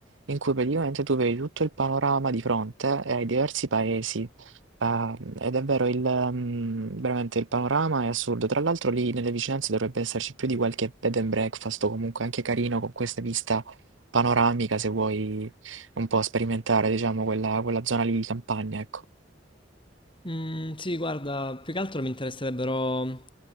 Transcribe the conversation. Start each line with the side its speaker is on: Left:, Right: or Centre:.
Right: in cui praticamente tu vedi tutto il panorama di fronte e hai diversi paesi, Ah, ed è vero, il, mhmm, veramente il panorama è assurdo. Tra l'altro lì nelle vicinanze dovrebbe esserci più di qualche bed and breakfast o comunque anche carino con questa vista panoramica se vuoi un po' sperimentare, diciamo, quella quella zona lì di campagna, ecco.
Left: Mm, sì, guarda, più che altro mi interesserebbero